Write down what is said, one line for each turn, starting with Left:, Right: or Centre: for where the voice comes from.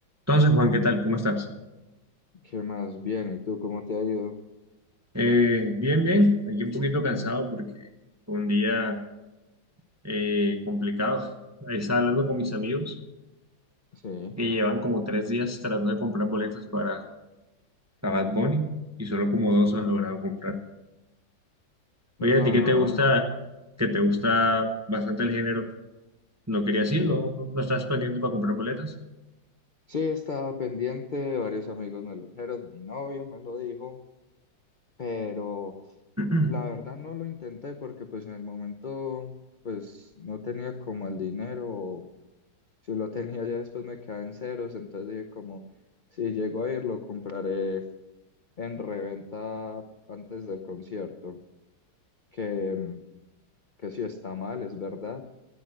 Right: Entonces, Juan, ¿qué tal? ¿Cómo estás?
Left: ¿Qué más? Bien, ¿y tú cómo te ha ido?
Right: Eh, bien, bien. Aquí un poquito cansado porque fue un día eh, complicado. Ahí estaba hablando con mis amigos
Left: Sí.
Right: que llevan como tres días tratando de comprar boletas para para Bad Bunny y solo como dos
Left: No,
Right: han logrado comprar.
Left: no,
Right: Oye, ¿a ti qué
Left: no,
Right: te gusta?
Left: no.
Right: Que te gusta bastante el género. No quería decir,
Left: Sí.
Right: no, no no estás pendiente para comprar boletas.
Left: Sí, estaba pendiente, varios amigos me lo dijeron, mi novia me lo dijo, pero
Right: <clears throat>
Left: la verdad no lo intenté porque pues en el momento pues no tenía como el dinero, o si lo tenía ya después me quedaba en ceros, entonces dije como si llego a ir lo compraré en reventa antes del concierto, que, que sí está mal, es verdad,